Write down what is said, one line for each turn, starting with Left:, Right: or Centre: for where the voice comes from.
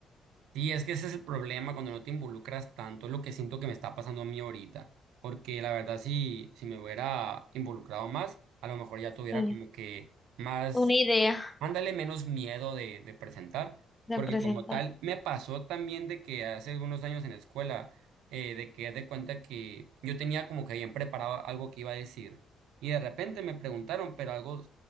Right: Sí, es que ese es el problema cuando no te involucras tanto, es lo que siento que me está pasando a mí ahorita, porque la verdad si, si me hubiera involucrado más, a lo mejor ya tuviera
Left: Sí,
Right: como que más
Left: una idea
Right: Ándale menos miedo de, de presentar,
Left: de
Right: porque
Left: presentar.
Right: como tal, me pasó también de que hace algunos años en la escuela, eh, de que haz de cuenta que yo tenía como que bien preparado algo que iba a decir, y de repente me preguntaron, pero algo